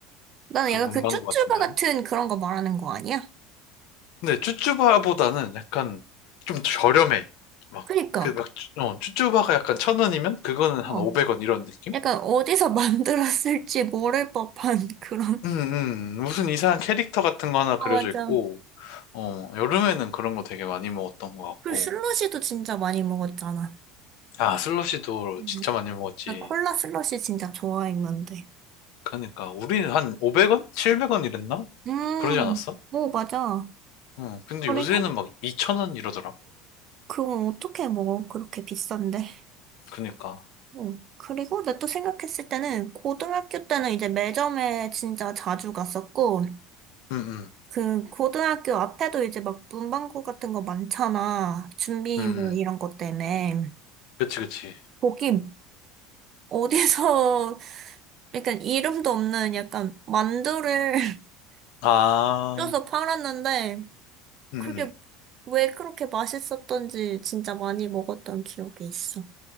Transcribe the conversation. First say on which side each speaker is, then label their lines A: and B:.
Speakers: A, on the right (about 30°); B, on the left (about 55°).
A: 나는
B: 그
A: 약간
B: 문방구
A: 그 쭈쭈바
B: 같은 데
A: 같은
B: 하면.
A: 그런 거 말하는 거 아니야?
B: 근데 쭈쭈바보다는 약간 좀 저렴해. 막,
A: 그니까,
B: 그 막, 쭈- 어, 쭈쭈바가 약간 천 원이면 그거는 한
A: 어.
B: 500원 이런 느낌?
A: 약간 어디서 <laughs> 만들었을지 모를 법한 <laughs> 그런.
B: 음, 음. 음. 무슨 이상한 캐릭터 같은 거 하나
A: 아,
B: 그려져
A: 맞아.
B: 있고, 어, 여름에는 그런 거 되게 많이 먹었던 것 같고.
A: 그리고 슬러시도 진짜 많이 먹었잖아.
B: 아, 슬러시도
A: 음,
B: 진짜 많이 먹었지.
A: 나 콜라 슬러시 진짜 좋아했는데.
B: 그러니까, 우리는 한 500원? 700원 이랬나?
A: 음,
B: 그러지 않았어?
A: 오, 맞아.
B: 응. 근데
A: 그리고
B: 요새는 막2천원 이러더라.
A: 그건 어떻게 먹어? 그렇게 비싼데.
B: 그니까.
A: 어. 그리고 나 또 생각했을 때는 고등학교 때는 이제 매점에 진짜 자주 갔었고,
B: 응, 응,
A: 그 고등학교 앞에도 이제 막 문방구 같은 거 많잖아. 준비물
B: 응, 응.
A: 이런 것 때문에.
B: 그치, 그치.
A: 거기 어디서 <laughs> 약간 이름도 없는 약간 만두를 <laughs>
B: 아,
A: 쪄서 팔았는데
B: 응,
A: 그게
B: 응.
A: 왜 그렇게 맛있었던지 진짜 많이 먹었던 기억이 있어.